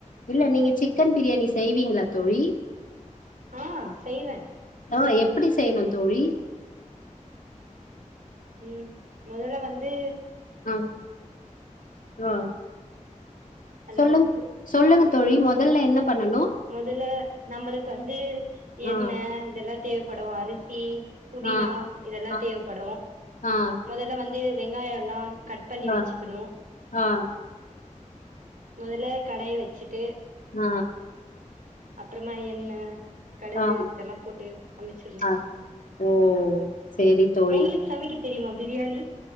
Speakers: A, on the left (about 80°); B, on the right (about 85°).
A: இல்ல நீங்க சிக்கன் பிரியாணி செய்வீங்களா தோழி
B: ஆ செய்வேன்
A: ஆ எப்டி செய்யணும் தோழி
B: ம் மொதல்ல வந்து
A: ஆ ஆ
B: ஹலோ
A: சொல்லுங்க சொல்லுங்க தோழி மொதல்ல என்ன பண்ணனு
B: மொதல்ல நம்மளுக்கு வந்து
A: ஆ
B: எண்ணெய் இதெல்லாம் தேவைப்படும் அரு சி புதினா
A: ஆ
B: இதெல்லா
A: ஆ
B: தேவைப்படும்
A: ஆ
B: மொதல்ல வந்து வெங்காய எல்லா கட் பண்ணி
A: ஆ
B: வச்சுக்கணு
A: ஆ
B: மொதல்ல கடாய் வச்சுட்டு
A: ஆ
B: அப்புறமா எண்ண கடுகு
A: ஆ
B: இதெல்லாம் போட்டு சமைச்சிரு
A: ஆ ஓ சேரி தோழி
B: உங்களுக்கு சமைக்க தெரியுமா பிரியாணி